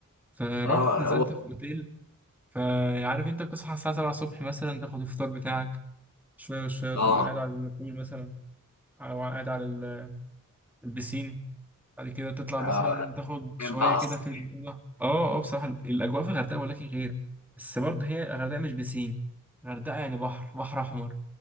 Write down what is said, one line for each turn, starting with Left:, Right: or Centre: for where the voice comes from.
Centre: فروحت
Left: اه
Centre: نزلت
Left: هو
Centre: في اوتيل فعارف انت بتصحى الساعة 7 الصبح مثلا تاخد الفطار بتاعك شوية شوية
Left: اه
Centre: تقوم قاعد على البول مثلا او قاعد على ال- البسين بعد كده تطلع
Left: اه
Centre: مثلا تاخد شوية
Left: كان بقى على الصبح
Centre: كده في الأوضة اه اه بصراحة الأجواء في الغردقة ولكن غير بس برضه هي الغردقة مش بسين الغردقة يعني بحر بحر أحمر